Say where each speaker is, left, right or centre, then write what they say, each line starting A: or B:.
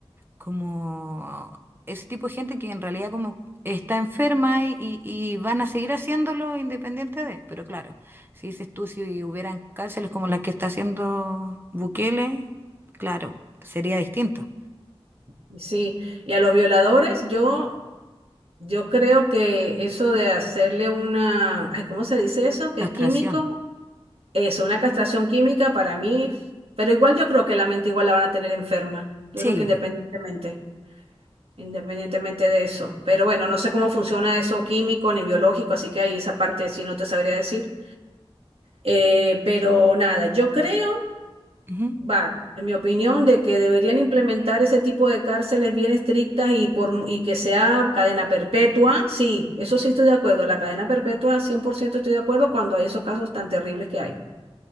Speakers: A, on the right (about 20°); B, on the right (about 65°).
A: como ese tipo de gente que en realidad como está enferma y, y- y van a seguir haciéndolo independiente de. Pero claro, si dices tú, si hubieran cárceles como las que está haciendo Bukele, claro, sería distinto.
B: Y Sí, y a los violadores, yo, yo creo que eso de hacerle una, ay, ¿cómo se dice eso? Que
A: Castración.
B: es químico, eso, una castración química para mí, pero igual yo creo que la mente igual la van a tener enferma. Yo
A: Sí,
B: creo que independientemente, independientemente de eso. Pero bueno, no sé cómo funciona eso químico ni biológico, así que ahí esa parte sí no te sabría decir. Eh, pero nada, yo creo.
A: ujú,
B: Va, en mi opinión, de que deberían implementar ese tipo de cárceles bien estrictas y, por, mu- y que sea cadena perpetua, sí, eso sí estoy de acuerdo. La cadena perpetua, 100% estoy de acuerdo cuando hay esos casos tan terribles que hay.